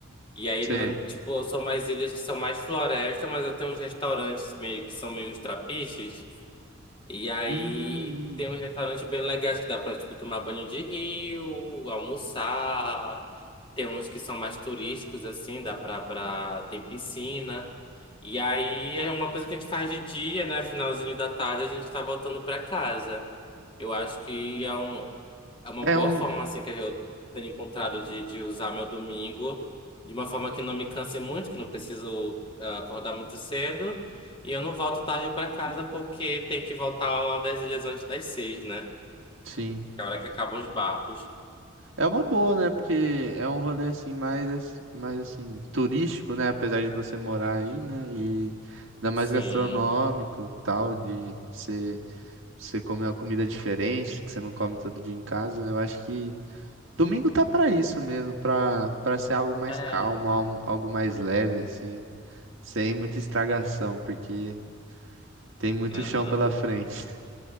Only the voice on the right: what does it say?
Sim.
Hum,
é
um,
sim,
é uma boa, né? Porque é um rolê assim mais, ass- mais assim turístico, né? Apesar de você morar aí, né? E ainda mais
gastronômico, tal, de você você comer uma comida diferente que você não come todo dia em casa. né? Eu acho que domingo tá pra isso mesmo, pra para ser algo mais
calmo, algo algo mais leve, assim, sem muita estragação, porque tem muito
chão pela frente.